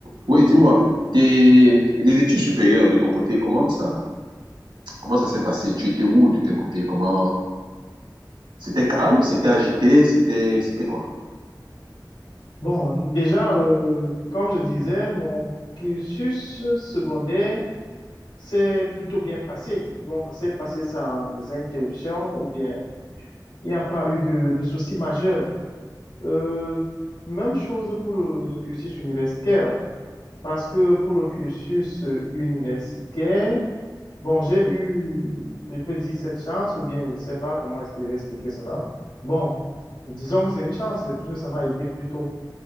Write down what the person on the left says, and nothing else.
Bon, déjà, euh, comme je disais, mon cursus secondaire s'est plutôt bien passé. Bon, ça s'est passé sans interruption ou bien il n'y a pas eu de, de soucis majeurs. Euh, même chose pour le, le cursus universitaire, parce que pour le cursus euh, universitaire, Bon, j'ai eu, je peux dire cette chance, ou bien je sais pas comment est-ce que je vais expliquer cela. Bon, disons que c'est une chance, puisque ça m'a aidé plus tôt.